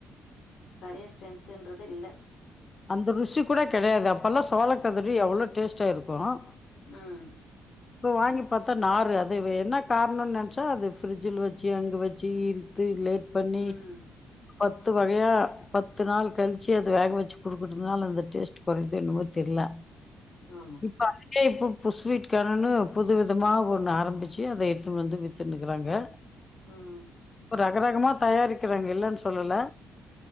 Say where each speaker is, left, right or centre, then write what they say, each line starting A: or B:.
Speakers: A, on the left; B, on the left.
A: சரியா ஸ்ட்ரென்துன்றது இல்ல
B: அந்த ருஷி கூட கிடையாது அப் பல்லா சோளக்கதுறு எவ்வளோ டேஸ்டா இருக்கு இப்போ
A: ம்
B: வாங்கி பாத்தா நாரு அது வே என்ன காரணோன்னு நெனச்சா அது ஃபிரிட்ஜில வச்சு அங்க வச்சு இழுத்து லேட் பண்ணி
A: ம்
B: பத்து வகையா பத்து நாள் கழிச்சு அது வேக வச்சு குடுகுற்னால அந்த டேஸ்ட் கொறஞ்சே என்னமோ தெர்ல
A: ஆமாம்
B: இப்ப வந்துட்டு இப்போ இப்போ ஸ்வீட் காரோன்னு புது விதமா ஒண்ணு ஆரம்பிச்சு அத எத்துன்னு வந்து வித்துனுகுறாங்க வித்துன்னுக்கிறாங்க
A: ம்
B: ரகரகமா தயாரிக்கிறாங்க இல்லன்னு சொல்லல